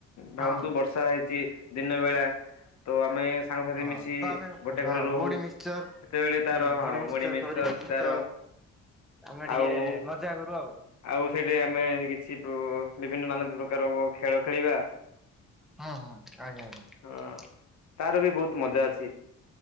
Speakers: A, on the left; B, in the centre.
A: ଭାବନ୍ତୁ
B: ହଁ।
A: ବର୍ଷା ହେଇଛି। ଦିନ ବେଳା ତ ଆମେ ସାଙ୍ଗସାଥି
B: ହଁ
A: ମିଶି
B: ତ ଆମେ
A: ଗୋଟେ
B: ହଁ
A: ଘରେ ରହୁ
B: ମୁଢି ମିକ୍ସଚର
A: ସେତେବେଳେ ତାର
B: ହୁଁ ମିକ୍ସଚର
A: ମୁଢି ମିସ୍କଚର
B: କରିକି
A: ତାର
B: ତ ଆମେ ଟିକେ
A: ଆଉ
B: ମଜା କରୁ ଆଉ ହୁଁ
A: ଆଉ ସେଇଠି ଆମେ ଶି ବିଭିନ୍ନ ନାନା ପ୍ରକାର ଖେଳ ଖେଳିବା।
B: ହୁଁ ହୁଁ ଆଜ୍ଞା ଆଜ୍ଞା।
A: ହଁ ତାର ବି ବହୁତ ମଜା ଅଛି।